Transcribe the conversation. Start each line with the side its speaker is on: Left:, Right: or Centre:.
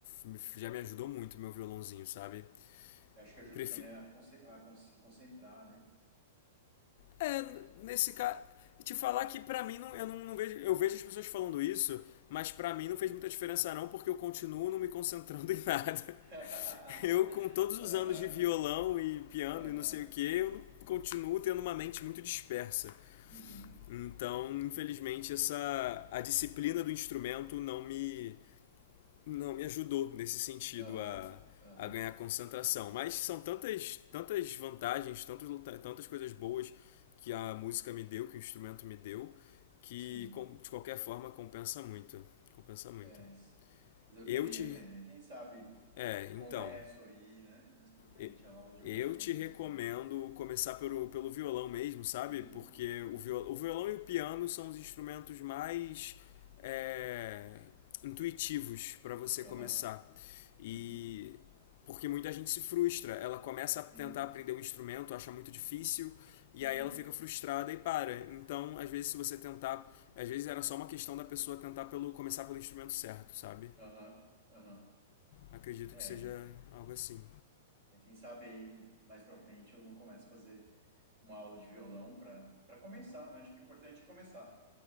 Left: me- já me ajudou muito meu violãozinho, sabe?
Right: Eu acho que ajuda
Left: Prefiro...
Right: também a, conce- a con- se concentrar, né?
Left: É, nesse caso. Te falar que pra mim não, eu não, não vejo. Eu vejo as pessoas falando isso, mas pra mim não fez muita diferença não, porque eu continuo não me concentrando <laughs> em nada.
Right: <laughs>
Left: Eu, com todos os
Right: Aham,
Left: anos de violão e piano
Right: aham,
Left: e não sei o que, eu continuo tendo uma mente muito dispersa.
Right: uhum,
Left: Então, infelizmente, essa a disciplina do instrumento não me não me ajudou nesse sentido
Right: aham,
Left: a,
Right: aham,
Left: a ganhar concentração. Mas são tantas tantas vantagens, tantas tantas coisas boas que a música me deu, que o instrumento me deu, que
Right: sim.
Left: com- de qualquer forma compensa muito, compensa muito.
Right: É, mas eu
Left: Eu
Right: queria
Left: te
Right: aprender. Quem sabe.
Left: é, então,
Right: Começo aí, né? Mais pra frente,
Left: E-
Right: a aula de
Left: Eu
Right: algum instrumento
Left: te recomendo
Right: musical.
Left: começar pelo, pelo violão mesmo, sabe?
Right: Uhum,
Left: Porque
Right: uhum,
Left: o, viol, o violão e o piano são os instrumentos mais é, intuitivos para você
Right: aham,
Left: começar. E
Right: uhum,
Left: porque muita gente se frustra, ela começa a tentar
Right: sim,
Left: aprender um instrumento, acha muito difícil, e
Right: uhum,
Left: aí ela fica frustrada e para. Então, às vezes, se você tentar, às vezes era só uma questão da pessoa tentar pelo começar pelo instrumento certo, sabe?
Right: aham, aham.
Left: Acredito
Right: É,
Left: que seja algo assim.
Right: é, quem sabe aí mais pra frente eu não começo a fazer uma aula de violão pra, pra começar, né? Acho que é importante começar.